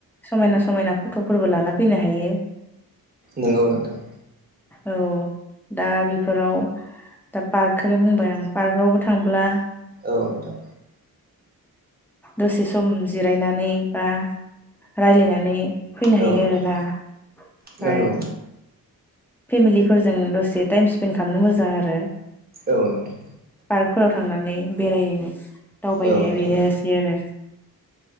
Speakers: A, in the centre; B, on the right.
A: समायना समायना फट'फोरबो लाना फैनो हायो।
B: नंगौ नोंथां।
A: औ दा बेफोराव दा पार्कखौनो बुंबाय आं पार्कआवबो थांब्ला
B: औ नोंथां।
A: दसे सम जिरायनानै बा रायलायनानै फैनो
B: औ
A: हायो
B: नोंथां
A: आरोना। बा
B: नंगौ।
A: फेमिलिफोरजों दसे टाइम स्पेन्ड खालामनो मोजां आरो।
B: औ नोंथां
A: पार्कफोराव थांनानै बेराय दावबायनाया
B: औ नोंथां
A: बेनो आरो